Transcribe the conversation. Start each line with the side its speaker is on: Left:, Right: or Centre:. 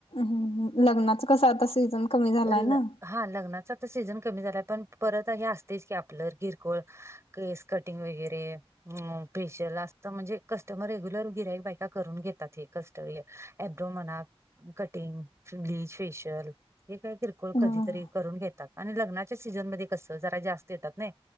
Left: ह् लग्नाच कस आता सीझन कमी झालाय
Right: ल-
Left: ना.
Right: हा लग्नाचा तर सीझन कमी झालाय पण परत हे असतेच की आपलं किर कोळ केस कटिंग वगैरे स्पेशल असत म्हणजे कस्टमर रेग्युलर गिरयक बायका करून घेतात हे कस्ट आयब्रो मना कटिंग ब्लीच फेशियल. हे काही किरकोळ
Left: ह
Right: कधीतरी करून घेतात आणि लग्नाच्या सीझनमध्येध्ये कस जरा जास्त येतात नाही.